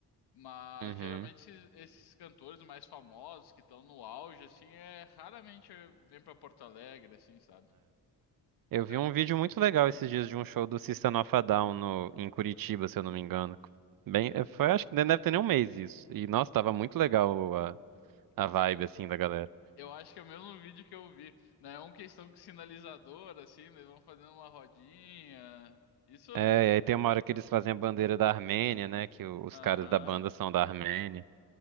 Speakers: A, on the left (about 80°); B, on the right (about 60°).
A: Mas
B: Uhum.
A: É. geralmente esses esses cantores mais famosos que estão no auge, assim, é raramente eh, vem pra Porto Alegre, assim, sabe?
B: Eu vi
A: É,
B: um vídeo muito legal esses dias de um show do System of a Down no, em Curitiba, se eu não me engano. Bem, eh, foi, acho que nem deve ter nem um mês isso. E, nossa, tava muito legal a, a
A: ca-
B: vibe, assim, da galera.
A: Eu acho que é o mesmo vídeo que eu vi, né? É uma questão com sinalizador, assim, né? Eles vão fazendo uma rodinha. Isso? Aham.
B: É, e aí tem uma hora que eles fazem a bandeira da Armênia, né? Que o- os
A: Aham.
B: caras da banda são da Armênia.